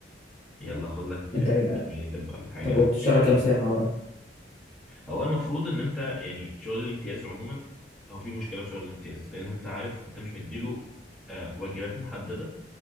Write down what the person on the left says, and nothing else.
انت إيه-
طب وبتشتغل
كام ساعه بقى